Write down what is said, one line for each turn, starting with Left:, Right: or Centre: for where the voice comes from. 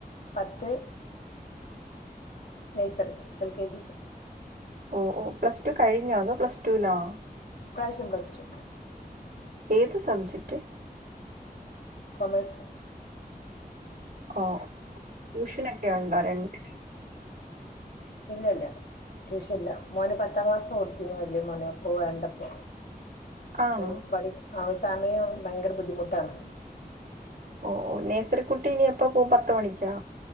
Left: പത്ത് നഴ്സറി, എൽ കെ ജി
Right: ഓ ഓ പ്ലസ് ടു കഴിഞ്ഞോ അതോ പ്ലസ് ടു ലോ
Left: ഈ പ്രാവശ്യം പ്ലസ് ടു
Right: ഏത് സബ്ജക്ട്
Left: കൊമേഴ്സ്
Right: ഓ ട്യൂഷനൊക്കെ ഒണ്ടോ രണ്ട് <inaudible>
Left: ഇല്ല ഇല്ല ട്യൂഷൻ ഇല്ല മോന് പത്താം ക്ലാസ്സ്ന്ന് കൊടുത്തീന്നു വല്യ മോന് അപ്പ വേണ്ടപ്പോ
Right: ആണോ
Left: <unintelligible> സമയം ഭയങ്കര ബുദ്ധിമുട്ടാണ്
Right: ഓ ഓ നേഴ്സറിക്കുട്ടി നി എപ്പ പോകും പത്ത് മണിക്കോ